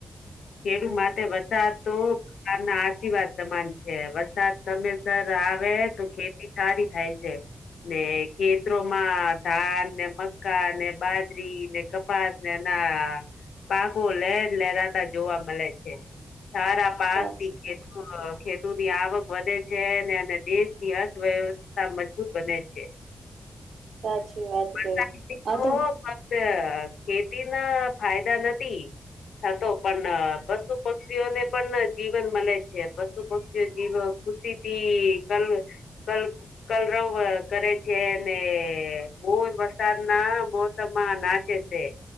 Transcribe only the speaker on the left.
ખેડૂ માટે વરસાદ તો ગામના આશીર્વાદ સમાન છેવરસાદ સમયસર આવે તો ખેતી સારી થાય છે. ને ખેતરોમાં ધાનને, મક્કાને, બાજરીને, કપાસને ના પાકો લહેર લહેરાતા જોવા મલે છે, સારા પાક
<unintelligible>
ખે તુ ની આવક વધે છે, ને અને દેશની અર્થવ્યવસ્થા મજબૂત બને છે.
વરસાદ
<unintelligible> તો
ફક્ત
ખેતીના ફાયદા નથી થતો પણ પશુ-પક્ષીઓને પણ જીવન મલે છે, પશુ પક્ષીઓ જીવ ખુશીથી કલ-કલ કલરવ કરે છે ને મોર વરસાદના મોસમમાં નાચે છે.